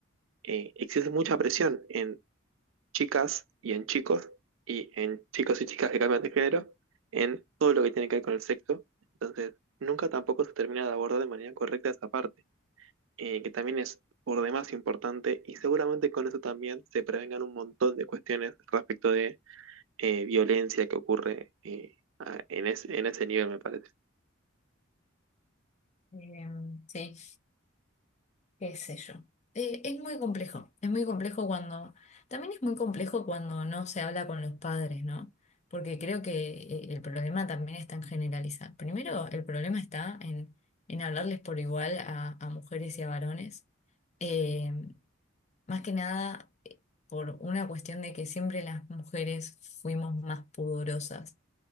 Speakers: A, on the right; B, on the left.
A: Eh, existe mucha presión en chicas y en chicos, y en chicos y chicas que cambian de género, en todo lo que tiene que ver con el sexo. Entonces, nunca tampoco se termina de abordar de manera correcta esa parte, eh, que también es por demás importante, y seguramente con eso también se prevengan un montón de cuestiones respecto de eh, violencia que ocurre eh, a- en ese, en ese nivel, me parece.
B: Em, sí. qué sé yo. Eh, es muy complejo, es muy complejo cuando, también es muy complejo cuando no se habla con los padres, ¿no? Porque creo que eh, el problema también está en generalizar. Primero, el problema está en, en hablarles por igual a, a mujeres y a varones. Eh, más que nada eh, por una cuestión de que siempre las mujeres fuimos más pudorosas